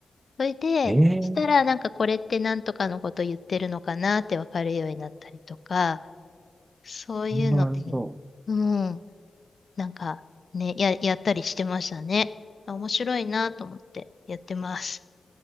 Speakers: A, on the left (about 50°); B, on the right (about 35°).
A: それで、
B: ええー、
A: したらなんかこれってなんとかのこと言ってるのかなってわかるようになったりとか、そういうので、
B: なるほど。
A: うん、なんかね、や、やったりしてましたね。面白いなと思ってやってます。